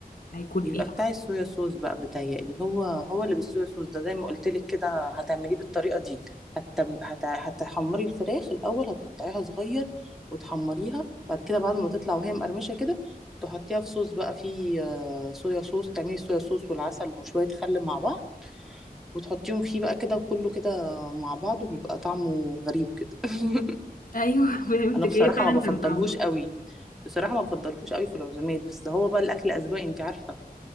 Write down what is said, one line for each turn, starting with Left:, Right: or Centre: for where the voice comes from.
Left: هيكون
Centre: يبقى
Left: ايه
Centre: بتاع الصويا صوص بقى بتهيألي هو هو اللي بالصويا صوص ده زي ما قلت لك كده هتعمليه بالطريقة دي هت... هت... هتحمري الفراخ الأول هتقطعيها صغير وتحمريها بعد كده بعد ما تطلع وهي مقرمشة كده تحطيها في صوص بقى فيه آه، صويا صوص تعملي صويا صوص والعسل وشوية خل مع بعض وتحطيهم فيه بقى كده وكله كده مع بعضه بيبقى طعمه غريب كده <laughs>
Left: ايوه <laughs> فهمتك
Centre: انا بصراحة
Left: ايه فعلا
Centre: ما بفضلهوش
Left: كان طعمه
Centre: قوي بصراحة ما بفضلهوش قوي في العزومات بس هو بقى الأكل أذواق انت عارفة